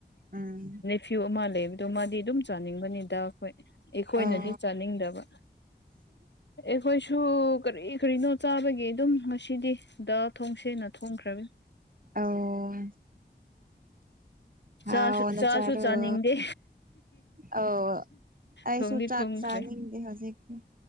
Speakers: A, on the right (about 50°); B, on the left (about 80°).
A: ꯎꯝ
B: ꯐ꯭ꯌꯨ ꯑꯃ ꯂꯩꯕꯗꯣ ꯃꯥꯗꯤ ꯑꯗꯨꯝ ꯆꯥꯅꯤꯡꯕꯅꯤꯗ ꯑꯩꯈꯣꯏ ꯑꯩꯈꯣꯏꯅꯗꯤ
A: ꯑꯣ
B: ꯆꯥꯅꯤꯡꯗꯕ ꯑꯩꯈꯣꯏꯁꯨ ꯗꯨ ꯀꯔꯤ ꯀꯔꯤꯅꯣ ꯆꯥꯕꯒꯤ ꯑꯗꯨꯝ ꯉꯁꯤꯗꯤ ꯗ ꯊꯣꯡꯁꯦꯅ ꯊꯣꯡꯈ꯭ꯔꯝꯅꯦ
A: ꯑꯧ ꯍꯥꯎꯅꯆꯥꯔꫭ
B: ꯆꯥꯁꯨ ꯆꯥꯁꯨ ꯆꯥꯅꯤꯡꯗꯦ
A: ꯑꯧ ꯑꯩꯁꯨꯨ
B: ꯊꯣꯡꯗꯤ
A: ꯆꯥꯛ
B: ꯊꯣꯡꯈ꯭ꯔꯦ
A: ꯆꯥꯅꯤꯡꯗꯦ ꯍꯧꯖꯤꯛ ꯍꯧꯖꯤꯛ